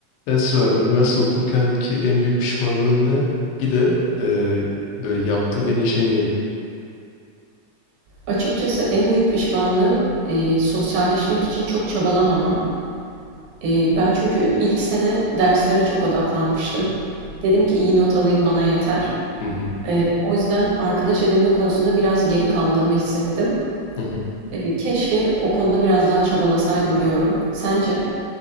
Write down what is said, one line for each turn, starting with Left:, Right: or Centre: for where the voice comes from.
Left: Esra, üniversite okurken ki en büyük pişmanlığın ne? Bir de e, böyle yaptığın en iyi şey neydi?
Right: Açıkçası en büyük pişmanlığım, eee, sosyalleşmek için çok çabalamamam. Eee, ben çünkü ilk sene derslere çok odaklanmıştım. Dedim ki iyi not alayım bana yeter.
Left: Hı hı.
Right: Eee, o yüzden arkadaş edinme konusunda biraz geri kaldığımı hissettim.
Left: Hı hı.
Right: Eee, keşke o konuda biraz daha çabalasaydım diyorum. Sence?